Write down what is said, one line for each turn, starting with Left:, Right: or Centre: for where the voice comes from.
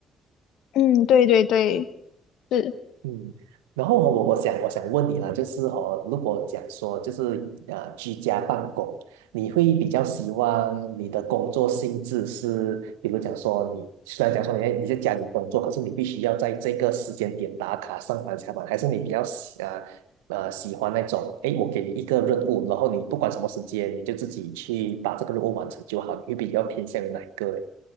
Left: 嗯，对对对。是。
Right: 嗯，然后哦我我想我想问你啦，就是哦，如果讲说就是啊居家办公，你会比较希望你的工作性质是，比如讲说你虽然讲说你在你在家里工作，可是你必须要在这个时间点打卡上班下班，还是你比较喜啊呃喜欢那种，诶，我给你一个任务，然后你不管什么时间，你就自己去把这个任务完成就好，你会比较偏向于哪一个？呢？